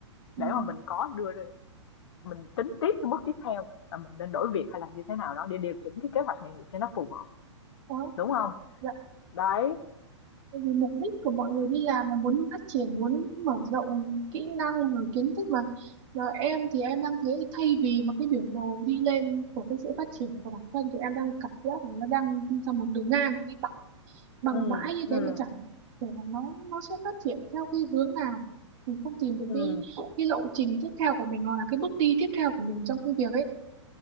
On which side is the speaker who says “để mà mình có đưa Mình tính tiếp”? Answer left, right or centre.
Left